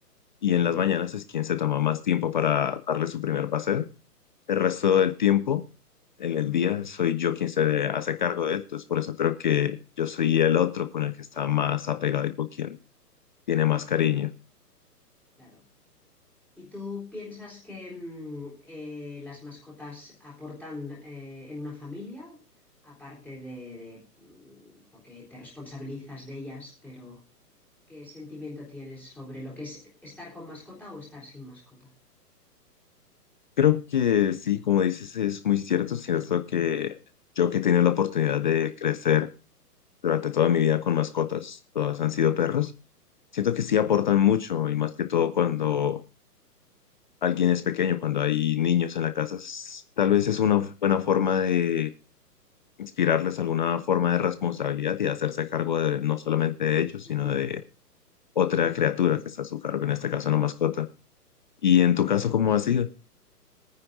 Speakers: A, on the left (about 30°); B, in the centre.
A: y en
B: Mm.
A: las mañanas es quien se toma más tiempo para darle su primer paseo. El resto del tiempo, en el día, soy yo quien se hace cargo de esto, es por eso creo que yo soy el otro con el que está más apegado y con quien tiene
B: Claro,
A: más cariño.
B: claro. ¿Y tú piensas que mm, eh, las mascotas aportan eh, en una familia, aparte de, de, mm, porque te responsabilizas de ellas, pero qué sentimiento tienes sobre lo que es estar con mascota o estar sin mascota?
A: Creo que sí, como dices, es muy cierto, cierto que yo que he tenido la oportunidad de crecer durante toda mi vida con mascotas, todas han sido perros Siento que sí aportan mucho y más que todo cuando alguien es pequeño, cuando hay niños en la casa, s- tal vez es una buena forma de inspirarles alguna forma de responsabilidad y de hacerse cargo de no solamente de ellos,
B: Ujú.
A: sino de otra criatura que está a su cargo, en este caso una mascota. Y en tu caso, ¿cómo ha sido? <laughs>